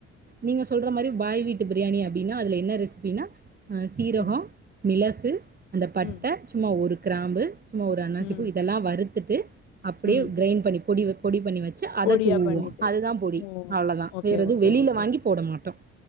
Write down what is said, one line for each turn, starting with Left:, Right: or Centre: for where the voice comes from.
Right: நீங்க சொல்ற மாரி பாய் வீட்டு பிரியாணி அப்டின்னா அதுல என்ன ரெசிபினா சீரக
Left: ம்
Right: மிளகு அந்த பட்ட
Left: ம்
Right: சும்மா ஒரு கிராம்பு சும்மா ஒரு அண்ணாசி
Left: ம்
Right: பூ இதெல்லா வறுத்துட்டு அப்டியே
Left: ம்
Right: கிரைண்ட் பண்ணி பொடி வப் பொடி பண்ணி வச்சு அத
Left: பொடியா
Right: தூவோ
Left: பண்ணிட்டு
Right: அதுதா பொடி
Left: ஓ
Right: அவ்ளவுதா
Left: ஓகே
Right: வேற எதுவு
Left: ஓகே
Right: வெளியில
Left: ஓகே
Right: வாங்கி போட மாட்டோ